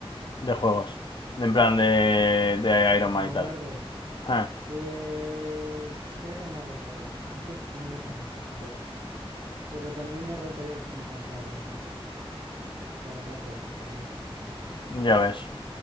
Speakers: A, on the left; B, on the right.
A: de juegos. En plan de, de Iron
B: De
A: Man y tal.
B: Marvel,
A: Ah,
B: pues creo que Marvel Rivals. Es que es- me gusta mucho ese juego. Pero también me rentaría que flipas la de mm, la de Marvel, de Fortnite.
A: ya ves.